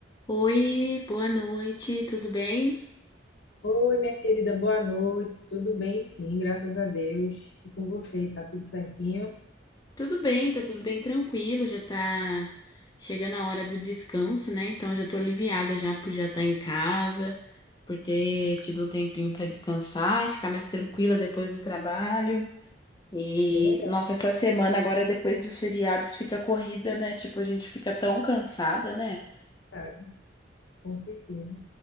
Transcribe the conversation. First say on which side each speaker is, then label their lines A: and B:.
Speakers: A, on the left; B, on the left.
A: Oi, boa noite, tudo bem?
B: Oi, minha querida, boa noite. Tudo bem? Sim, graças a Deus. E com você, tá tudo certinho?
A: Tudo bem, tá tudo bem tranquilo, já tá chegando a hora do descanso, né? Então já tô aliviada já por já estar em casa, por ter tido um tempinho pra descansar e ficar mais tranquila depois do trabalho. E,
B: É
A: nossa, essa semana agora, depois dos feriados, fica corrida, né? Tipo, a gente fica tão cansada, né?
B: verdade, com certeza.